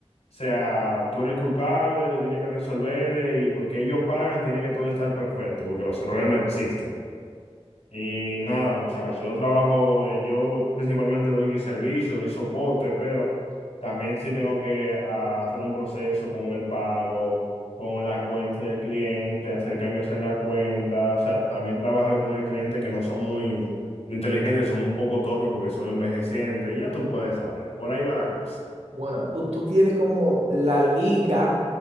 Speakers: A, on the left (about 75°); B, on the right (about 85°).
A: sea, tú eres el culpable, tú tienes que resolverle y porque ellos pagan, tiene que todo estar perfecto, porque los errores no existen. Y nada, muchachos, yo trabajo, eh, yo principalmente doy servicio, doy soporte, pero también sí tengo que ah, hacer un proceso con el pago, con la cuenta del cliente, hacer cambios en la cuenta, o sea, también trabajar con el cliente que no son muy inteligentes, son un poco torpes porque son envejecientes, y ya tú puedes saber, por ahí va la cosa.
B: Bueno, tú, tú tienes como la liga,